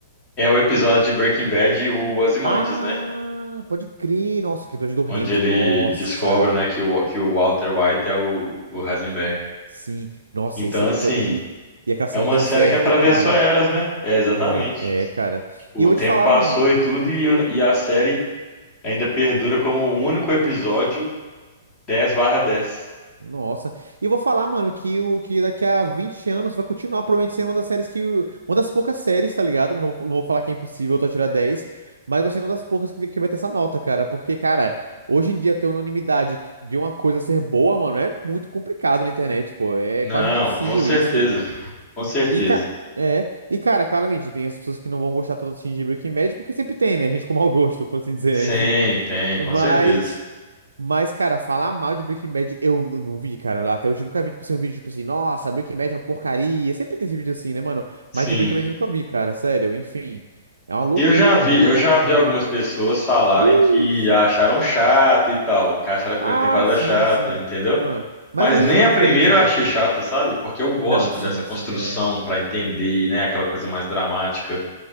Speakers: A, on the left; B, on the right.
A: é o episódio de Breaking Bad, o Ozymandias,
B: Ah,
A: né,
B: pode crer. Nossa, aquele episódio do
A: onde
B: Hank.
A: ele
B: Nossa.
A: descobre, né, que o, que o Walter White é o, o Heisenberg.
B: Sim. Nossa,
A: Então,
B: esse episódio.
A: assim,
B: E, e aquela cena
A: é uma
B: no deserto,
A: série que atravessou
B: cara.
A: eras, né? É, exatamente.
B: É, é, cara.
A: O
B: E eu
A: tempo
B: vou te falar,
A: passou
B: mano.
A: e tudo, e, o- e a série ainda perdura como o único episódio dez. barra dez.
B: Nossa. E eu vou falar, mano, que o que daqui a 20 anos vai continuar provavelmente sendo uma das séries que. Uma das poucas séries, tá ligado? Não vou, não vou falar que é impossível tu tirar 10, mas vai ser uma das poucas que, que vai ter essa nota, cara. Porque, cara, hoje em dia ter unanimidade de uma coisa ser boa, mano, é muito complicado na internet, pô. É
A: Não,
B: quase impossível
A: com certeza.
B: isso.
A: Com certeza.
B: E, cara. É, e cara, claramente tem as pessoas que não vão gostar tanto assim de Breaking Bad, porque sempre tem, né? Gente com mau gosto, por assim dizer,
A: Sim,
B: né? Enfim.
A: tem, com
B: Mas
A: certeza.
B: Mas, cara, falar mal de Breaking Bad eu n- não vi, cara. Até hoje eu nunca vi, tipo assim, um vídeo tipo assim, nossa, Breaking Bad é uma porcaria. Sempre tem esse vídeo assim, né, mano? Mas
A: Sim.
B: de Breaking Bad eu nunca vi, cara, sério. Enfim, é uma loucura,
A: Eu já vi,
B: mano.
A: eu já vi algumas pessoas falarem
B: Vixe.
A: que acharam chato e tal, que acharam a primeira
B: Ah,
A: temporada
B: sim,
A: chata,
B: sim.
A: entendeu?
B: não mas
A: Mas
B: o ritmo
A: nem
B: é
A: a
B: diferente
A: primeira
B: mesmo.
A: eu achei chata, sabe? Porque eu gosto
B: Não, sim,
A: dessa construção
B: sim, é.
A: pra entender, né, aquela coisa mais dramática.